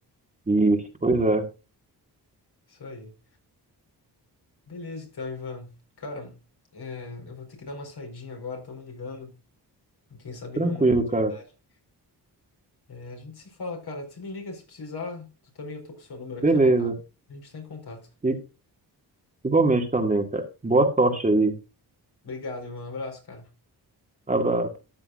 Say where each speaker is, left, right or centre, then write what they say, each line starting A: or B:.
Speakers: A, on the right; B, on the left.
A: Isso, pois é.
B: Isso aí. Beleza, então, Ivan. Cara, é, eu vou ter que dar uma saidinha agora, estão me ligando. Quem sabe
A: Tranquilo,
B: não é uma oportunidade.
A: cara.
B: É, a gente se fala, cara. Você me liga se precisar. Tu também, eu tô com o seu número aqui
A: Beleza.
B: anotado. A gente tá em contato.
A: E igualmente também, cara. Boa sorte aí.
B: Obrigado, Ivan. Um abraço, cara.
A: Abraço.